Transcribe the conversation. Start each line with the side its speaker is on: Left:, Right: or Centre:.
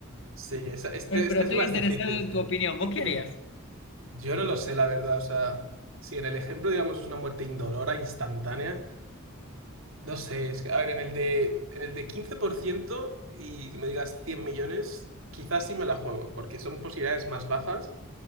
Right: Sí, esa- este,
Left: Pero,
Right: este
Left: pero estoy
Right: es más
Left: interesado
Right: difícil,
Left: en
Right: sí.
Left: tu opinión. ¿Vos qué
Right: <clears throat>
Left: harías?
Right: Yo no lo sé, la verdad. O sea, si en el ejemplo, digamos, es una muerte indolora, instantánea. No sé, es que, a ver, en el de, en el de 15% y que me digas cien millones, quizás sí me la juego, porque son posibilidades más bajas